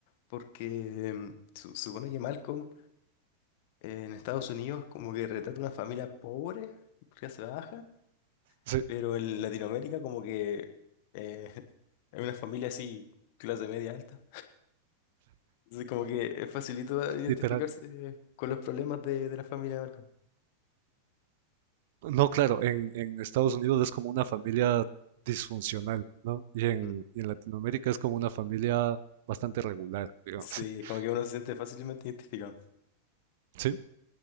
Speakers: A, on the left; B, on the right.
A: porque mm, su- supone que Malcolm eh, en Estados Unidos como que retrata una familia pobre, clase baja,
B: sí,
A: pero en Latinoamérica como que eh, <laughs> hay una familia así, clase media alta. Entonces como que es facilito identificarse
B: literal.
A: eh, con los problemas de, de la familia de Malcolm.
B: No, claro, en, en Estados Unidos es como una familia disfuncional, ¿no? Y en,
A: Mm.
B: y en Latinoamérica es como una familia bastante regular, digamos.
A: Sí,
B: <laughs>
A: como que uno se siente fácilmente identificado.
B: Sí,